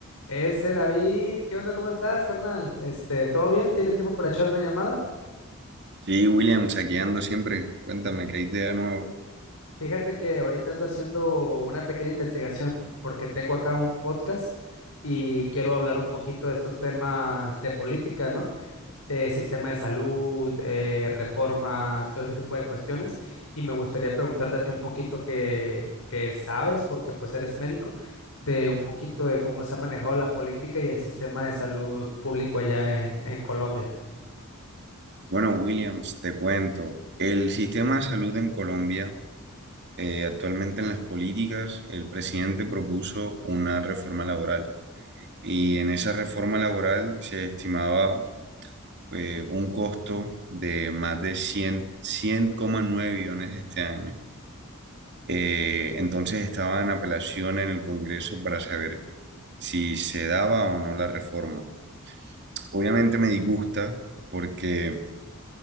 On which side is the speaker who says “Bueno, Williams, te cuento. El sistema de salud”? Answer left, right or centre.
Right